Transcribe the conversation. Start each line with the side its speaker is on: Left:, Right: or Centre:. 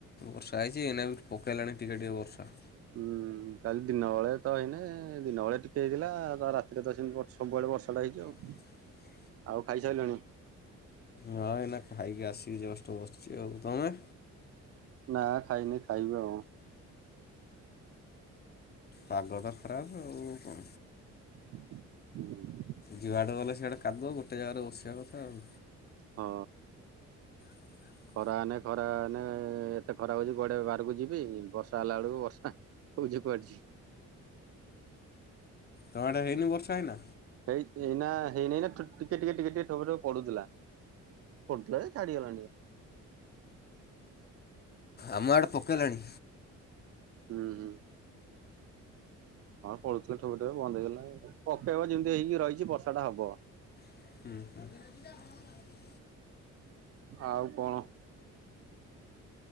Left: ବର୍ଷା ହେଇଚି ଏଇନା ବି ପକେଇଲାଣି ଟିକେ ଟିକେ ବର୍ଷା।
Right: ହୁଁ। ହୁଁ କାଲି ଦିନବେଳେ ତ ହେଇନେ ଦିନବେଳେ ଟିକେ ହେଇଥିଲା ତା ରାତିରେ ତ ସେମିତି ସବୁବେଳେ ବର୍ଷାଟା ହେଇଚି ଆଉ।
Left: ହ।
Right: ଆଉ ଖାଇସାଇଲାଣି।
Left: ହଁ ଏଇନା ଖାଇକି ଆସି ଜଷ୍ଟ ବସିଛି ଆଉ ତମେ
Right: ନା ଖାଇନି ଖାଇବି ଆଉ।
Left: ପାଗ ତ ଖରାପ ଆଉ
Right: ହଁ।
Left: ଯୁଆଡେ ଗଲେ ସେଆଡେ କାଦୁଅ ଗୋଟେ ଜାଗାରେ ବସିବା କଥା ଆଉ।
Right: ହଁ।
Left: ହ।
Right: ଖରା ଆନେ ଖରା ଆନେ ଏତେ ଖରା ହଉଚି କୁଆଡେ ବାହାରକୁ ଯିବି ବର୍ଷା ହେଲା ବେଳକୁ ବର୍ଷା। ବୁଝି ପାରୁଛି।
Left: ତମ ଆଡେ ହେଇନି ବର୍ଷା ଏଇନା?
Right: ଠିକ୍ ଏଇନା ହେଇନାଇ ଟିକେ ଟିକେ ଟିକେ ଟିକେ ଠୋପେ ଠୋପେ ପଡୁଥିଲା। ପଡୁଥିଲା ଯେ ଛାଡି ଗଲାଣି।
Left: ଆମ ଆଡେ ପକେଇଲାଣି।
Right: ହୁଁ ହୁଁ। ପଡୁଥିଲେ ଠୋପେ ଠୋପେ ବନ୍ଦ୍ ହେଇଗଲା ପକେଇବ ଯେମିତି ହେଇକି ରହିଛି ବର୍ଷା ଟା ହବ।
Left: <inaudible>
Right: ଆଉ କଣ?